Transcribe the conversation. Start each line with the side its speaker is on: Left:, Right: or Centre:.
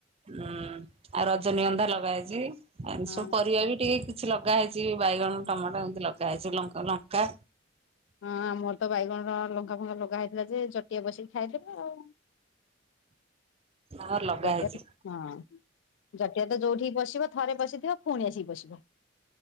Right: ହୁଁ ଆଉ ରଜନୀଗନ୍ଧା ଲଗାହେଇଛି ଏମିତି
Left: ହଁ
Right: ସବୁ ପରିବା ବି ଟିକେ କି- କିଛି ଲଗା ହେଇଛି ବାଇଗଣ ଟମାଟୋ ଏମିତି ଲଗା ହେଇଛି ଲଙ୍କା ଲଙ୍କା।
Left: ହଁ ଆମର ତ ବାଇଗଣ ଟମାଟୋ ଲଙ୍କା ଫଙ୍କା ଲଗା ହେଇଥିଲା ଯେ ଜଟିଆ ବସିକି ଖାଇଦେଲା ଆଉ।
Right: ଆଉରି ଲଗା
Left: ଜଟିଆ
Right: ହେଇଛି।
Left: ହଁ ଜଟିିଆ ତ ଯୋଉଠିି ବସିବ ଥରେ ବସିଥିବ ଫୁଣି ଆସିକି ପସିବ।